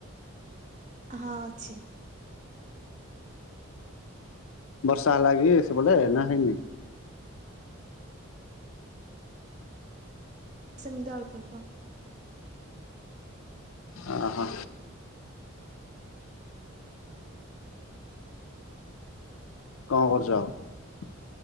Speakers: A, on the right (about 35°); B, on the left (about 75°).
A: ହଁ ଅଛି।
B: ବର୍ଷା ହେଲାଗି ସେ ବ ନା ହେଇନି?
A: ସେମିତି ଅଳ୍ପ ଅଳପ।
B: ଓ ହୋ। କଣ କରଛ ଆଉ।